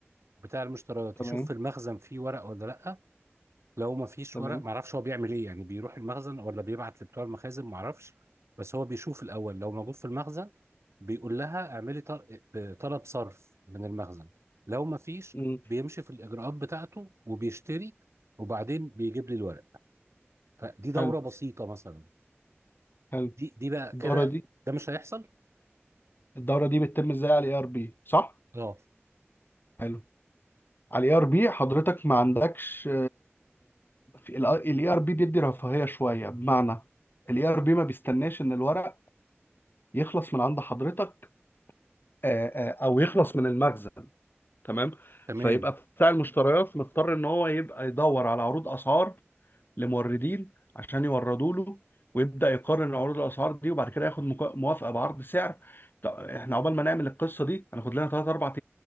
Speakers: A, on the right; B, on the left.
A: بتاع المشتريات
B: تمام
A: يشوف في المخزن فيه ورق ولا لا لو ما فيش
B: تمام
A: ورق ما اعرفش هو بيعمل ايه يعني بيروح المخزن ولا بيبعت لبتوع المخازن ما اعرفش بس هو بيشوف الاول لو موجود في المخزن بيقول لها اعملي طل- آه، طلب صرف من المخزن لو ما فيش
B: مم.
A: بيمشي في الاجراءات بتاعته وبيشتري وبعدين بيجيب لي الورق فدي دورة
B: حلو
A: بسيطة مثلا
B: حلو
A: دي دي بقى
B: الدوره
A: كده
B: دي
A: ده مش هيحصل
B: الدوره دي بتتم ازاي على الاي ار بي صح
A: اه
B: حلو على الاي ار بي حضرتك ما عندكش الاي ار بي بيدي رفاهيه شويه بمعنى الاي ار بي ما بيستناش ان الورق يخلص من عند حضرتك آه، آه، او يخلص من المخزن تمام
A: تمام
B: فيبقى بتاع المشتريات مضطر ان هو يبقى يدور على عروض اسعار لموردين عشان يوردوا له ويبدا يقارن عروض الاسعار دي وبعد كده ياخد مكا- موافقه بعرض سعر طب احنا عقبال ما نعمل القصه دي هناخد لنا 3 4